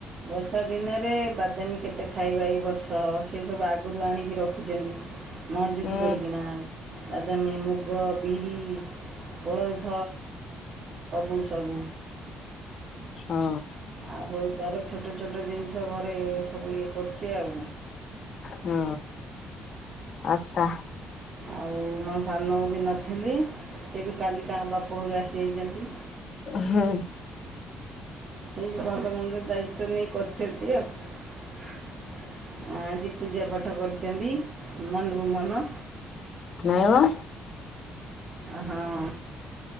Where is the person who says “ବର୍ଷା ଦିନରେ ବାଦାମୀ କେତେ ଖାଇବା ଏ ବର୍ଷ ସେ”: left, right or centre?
Right